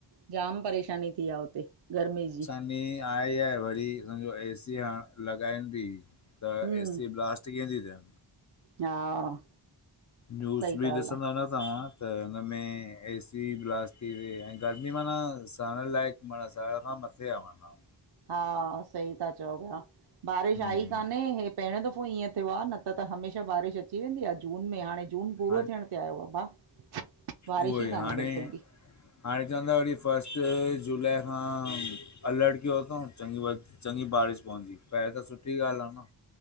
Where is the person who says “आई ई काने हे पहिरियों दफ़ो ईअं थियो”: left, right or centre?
Right